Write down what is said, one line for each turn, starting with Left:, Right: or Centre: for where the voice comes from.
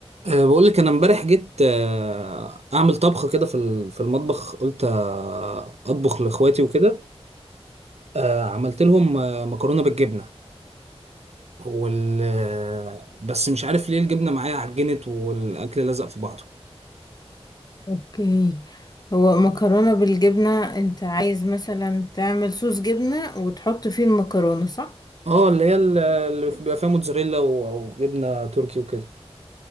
Right: أه بقول لك انا امبارح جيت آه، اعمل طبخه كده في ال- في المطبخ قلت آه، اطبخ لاخواتي وكده آه، عملت لهم آه، مكرونه بالجبنه وال آه، بس مش عارف ليه الجبنه معايا عجنت والاكل لزق في بعضه
Left: اوكي هو مكرونة بالجبنة انت عايز مثلا تعمل صوص جبنة وتحط فيه المكرونة صح؟
Right: اه اللي هي ال- اللي بيبقى فيها موتزاريلا و- وجبنه تركي وكده